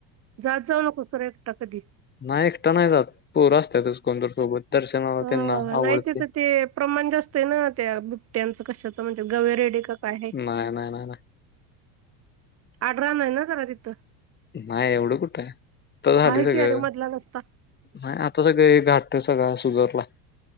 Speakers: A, on the right; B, on the left.
A: जात जाऊ नको खरं एकटता कधी.
B: नाही एकटा नाही जात पोर असतातच कोण तर सोबत दर्शनाला
A: ह
B: त्यांना आवडते.
A: नाही तिथं ते प्रमाण जास्त आहे. ना त्या बुट्ट्यांचं कशाचं म्हणजे गवे रेडी का काय आहे.
B: नाय नाय नाय.
A: आडरान आहे ना खरा तिथं
B: नाही एवढं कुठ आहे. तर झाली
A: आहे
B: सगळं
A: की अरे मधला रस्ता
B: नाही आता सगळं घाटत सगळ सुधारलाय.